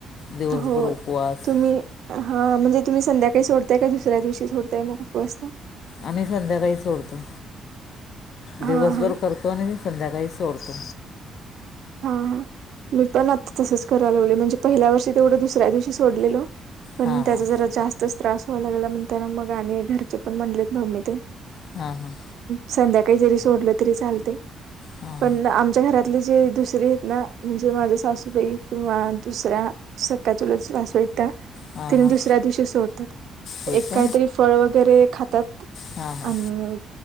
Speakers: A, on the left (about 65°); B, on the right (about 70°).
A: दिवसभर
B: होय
A: उपवास.
B: तुम्ही हा म्हणजे तुम्ही संध्याकाळी सोडताय का दुसऱ्या दिवशी सोडताय मग उपवास?
A: आम्ही संध्याकाळी सोडतो
B: हा
A: दिवसभर
B: हा
A: करतो आणि संध्याकाळी सोडतो.
B: हा हा मी पण आता तसंच करायला लागलोय म्हणजे पहिल्या वर्षी तेवढं दुसऱ्या दिवशी सोडलेल. पण
A: हां
B: त्याचा जरा जास्तच त्रास व्हायला लागला म्हणतान मग आणि घरचे पण म्हणलेत मम्मी ते
A: हा हा!
B: संध्याकाळी जरी सोडली तरी चालतय
A: हां
B: पण आमच्या घरातली जे दुस ना म्हणजे माझ्या सासूबाई किंवा दुसऱ्या सख्या चुलत सासू आहेत त्या.
A: हां
B: त्यांनी
A: हां हां हां
B: दुसऱ्या दिवशी सोडतात
A: होय
B: एक
A: का
B: काहीतरी फळ वगैरे खातात.
A: हां हां
B: आणि